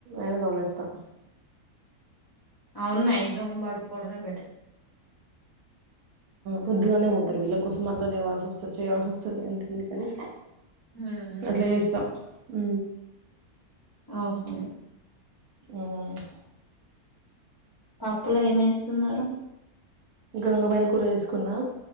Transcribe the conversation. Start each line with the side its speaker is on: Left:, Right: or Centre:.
Right: ఐనా దోమేస్ త్త
Left: అవును నైట్ తోమి పడుకోవడమే బెటర్
Right: పొద్దుగానే పోతరు వీళ్ళ కోసం మల్ల లేవాల్సి వస్తది చేయాల్సి వస్తది ఎందు అందుకనే
Left: హ్మ్. హ్మ్.
Right: అట్ల చేస్త ఊ
Left: అవునువును
Right: ఉమ్
Left: పప్పులో ఏమేస్తున్నరు
Right: గంగ వాయిల్ కూర తీసుకున్నా